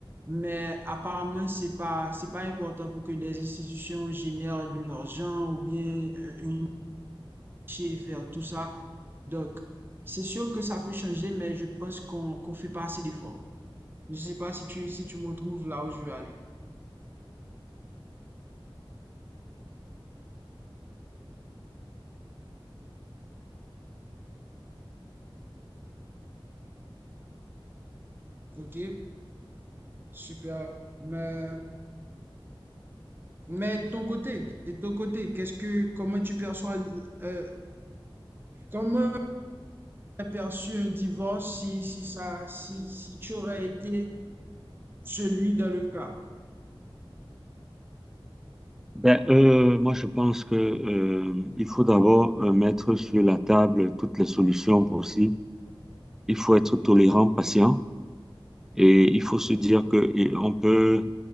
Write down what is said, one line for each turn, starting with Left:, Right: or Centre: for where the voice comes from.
Right: Mais apparemment, c'est pas, c'est pas important pour que des institutions génèrent de l'argent ou bien euh, une et faire tout ça. Donc, c'est sûr que ça peut changer, mais je pense qu'on qu'on fait pas assez d'efforts. Je sais pas si tu, si tu me retrouves là où je veux aller. Ok? Super. Mais, mais de ton côté, et de ton côté, qu'est-ce que, comment tu perçois, euh, comment aperçu un divorce si, si ça, si, si tu aurais été celui dans le cas.
Centre: Ben, euh, moi, je pense que, euh, il faut d'abord euh, mettre sur la table toutes les solutions possibles. Il faut être tolérant, patient, et il faut se dire que et on peut,